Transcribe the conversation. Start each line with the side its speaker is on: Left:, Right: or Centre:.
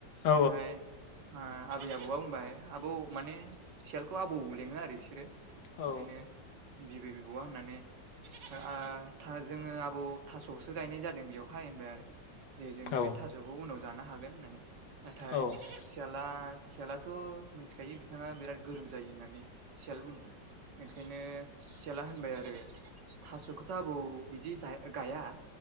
Left: औ
Right: ओमफ्राय आबै आबौआ बुंबाय आबौ माने सियालखौ आबौ लेङो आरो बिसोरो ओंखायनो
Left: औ
Right: बिबै बिबौआ होननानै ओ जोङो आबौ थास'सो गायनाय जादों बेयावहाय होनबाय आरो जे जोङो
Left: औ
Right: बे
Left: औ
Right: थास'खौ उनाव जानो हागोन होननानै नाथाय
Left: औ
Right: सियाला सियालाथ' मिथिखायो बिथाङा बिराद गोरों जायो होननानै सियालबो ओंखायनो सियाला होनबाय आरो थास'खौथ' आबौ बिदि गाया